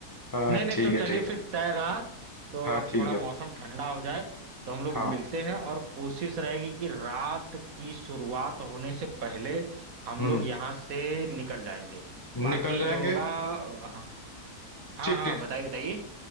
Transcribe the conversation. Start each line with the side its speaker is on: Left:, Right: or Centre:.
Left: हाँ
Right: नहीं नहीं
Left: ठीक
Right: तो चलिए
Left: है ठीक है।
Right: फिर तय रहा तो
Left: हाँ
Right: अब
Left: ठीक
Right: थोड़ा
Left: है
Right: मौसम ठंडा हो जाए तो हम लोग
Left: हाँ
Right: मिलते हैं और कोशिश रहेगी कि रात की शुरुआत होने से पहले हम
Left: हम्म
Right: लोग यहाँ से निकल जाएंगे
Left: निकल
Right: बाकी
Left: जाएंगे
Right: जो होगा हाँ, हाँ
Left: ठीक
Right: हाँ
Left: ठीक
Right: बताइए बताइए